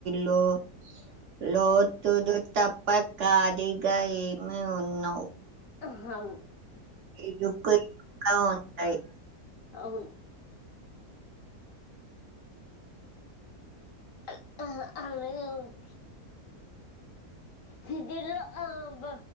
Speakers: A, on the right (about 55°); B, on the left (about 65°).
A: లో లోతుడు తప్ప ఖాళీగా ఏమి ఉన్నవ్?
B: అహ
A: ఇరుకు ఇరుగా ఉంటాయి.
B: అవున్. అ అహ్ అలాగే ఉన్ సిటీలో ఆ అబ్బ